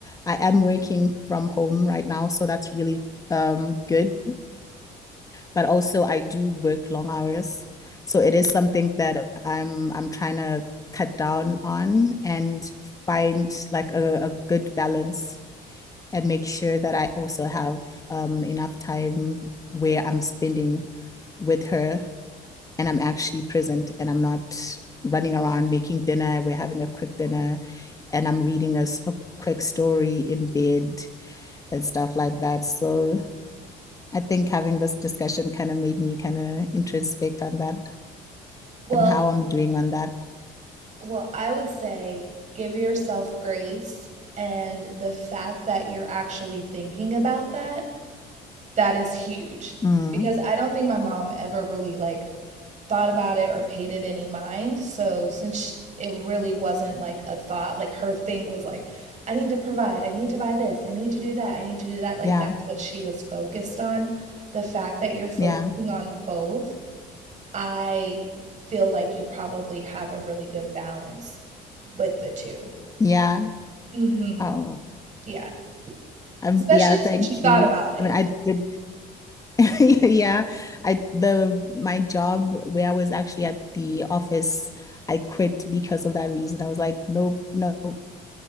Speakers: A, on the left; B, on the right.
A: I am working from home right now, so that's really um, good. But also, I do work long hours, so it is something that I'm I'm trying to cut down on and find like a, a good balance and make sure that I also have um, enough time where I'm spending with her and I'm actually present and I'm not running around making dinner. We're having a quick dinner and I'm reading a, a quick story in bed and stuff like that. So I think having this discussion kind of made me kind of introspect on that
B: Well,
A: and how I'm doing on that.
B: well, I would say give yourself grace and the fact that you're actually thinking about that That is huge
A: Mm,
B: because I don't think my mom ever really like thought about it or paid it any mind. So since sh it really wasn't like a thought, like her thing was like, I need to provide, I need to buy this, I need to do that, I need to do that. Like
A: yeah,
B: that's what she was focused on. The fact that you're focusing
A: yeah,
B: on both, I feel like you probably have a really good balance with the two.
A: yeah.
B: Mm-hmm.
A: Oh,
B: Yeah.
A: um,
B: Especially
A: yeah. Thank
B: since you thought
A: you.
B: about it.
A: I mean, I did <laughs> Yeah, I the my job where I was actually at the office, I quit because of that reason. I was like, nope, nope,